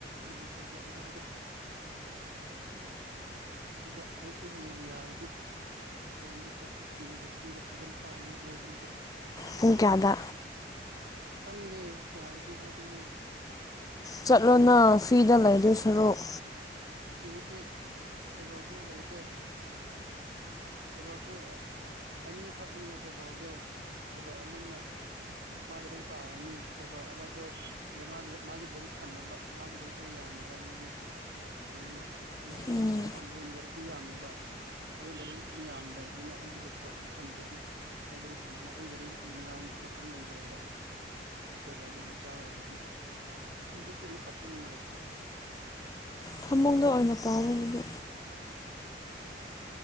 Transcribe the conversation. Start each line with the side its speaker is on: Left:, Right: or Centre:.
Right: ꯃꯅꯤꯄꯨꯔꯗ ꯏꯝꯐꯥꯜꯗ ꯑꯗꯨꯒ ꯑꯩꯁꯨ ꯍꯌꯦꯡ ꯌꯥꯔꯗꯤ ꯂꯥꯏꯕ꯭ꯔꯦꯔꯤꯗ ꯆꯠꯀꯦ ꯌꯨꯅꯤꯕꯔꯁꯤꯇꯤꯗ ꯂꯥꯏꯔꯤꯛ ꯄꯥꯒꯅꯤ ꯂꯥꯏꯕ꯭ꯔꯦꯔꯤꯗ
Left: ꯄꯨꯡ ꯀꯌꯥꯗ
Right: ꯈꯪꯗꯦ ꯌꯥꯔꯗꯤ ꯍꯥꯏꯕꯅꯦ
Left: ꯆꯠꯂꯣꯅ
Right: ꯁꯤꯗꯗꯤ
Left: ꯐꯔꯤꯗ ꯂꯩꯗꯣꯏ ꯁꯔꯨꯛ
Right: ꯁꯤꯗꯗꯤ ꯇꯦꯕꯜꯁꯨ ꯂꯩꯇꯦ ꯇꯦꯕꯜꯁꯨ ꯑꯅꯤꯈꯛꯅꯤ ꯇꯦꯕꯜꯗꯣ ꯇꯦꯕꯜ ꯑꯃꯅ ꯃꯥꯗꯨ ꯄꯥꯔꯅꯤ ꯑꯃꯗꯣ ꯃꯥꯒꯤ ꯂꯔꯤꯛ ꯊꯝꯃꯦꯕ ꯃꯥꯒꯤ ꯔꯤꯛꯇꯣ ꯌꯥꯝ ꯃꯦ ꯀꯃꯒꯤ ꯀꯩꯅꯣꯅꯤꯅ ꯄꯤ ꯑꯩꯆ ꯗꯤ
Left: ꯎꯝ
Right: ꯏꯁꯀꯣꯂꯔ ꯀꯥꯡꯕꯨꯅ ꯂꯥꯏꯔꯤꯛꯇꯨ ꯌꯥꯝꯃꯦꯕ ꯑꯗꯨ ꯂꯥꯏꯔꯤꯛ ꯃ ꯌꯥꯝꯌꯥꯝ ꯂꯩꯕꯅꯤꯅ ꯑꯩꯒꯤꯗ ꯇꯣꯠꯄ ꯊꯝꯈ꯭ꯔꯗꯤ ꯑꯩ ꯊꯝꯅꯤꯡ ꯑꯩꯔꯤ ꯏꯅꯤꯡꯉꯥꯏ ꯃꯐꯝ ꯂꯩꯇ꯭ꯔꯦꯕ ꯥꯎꯗ ꯃꯆꯥ ꯑꯣꯏꯕꯒꯤꯔꯤꯁ ꯅꯨꯡꯉꯥꯏꯇꯦ
Left: ꯊꯃꯨꯡꯗ ꯑꯣꯏꯅ ꯄꯥꯎꯔꯗꯤ